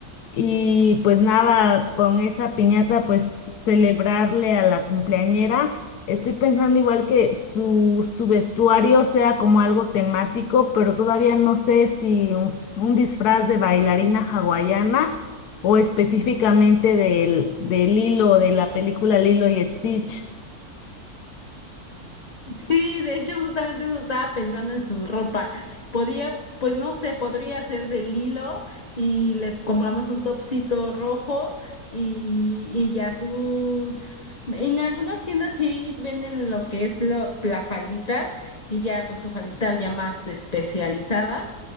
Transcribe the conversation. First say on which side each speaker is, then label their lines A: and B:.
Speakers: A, on the left (about 85°); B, on the left (about 35°).
A: y pues nada, con esa piñata, pues celebrarle a la cumpleañera. Estoy pensando igual que su, su vestuario sea como algo temático, pero todavía no sé si un, un disfraz de bailarina hawaiana o específicamente del, de Lilo, de la película Lilo y Stitch.
B: Sí, de hecho, justamente eso estaba pensando en su ropa. Podía, pues no sé, podría ser del hilo y le compramos un topsito rojo y, y ya sus... En algunas tiendas sí venden lo que es la, la faldita y ya pues su faldita ya más especializada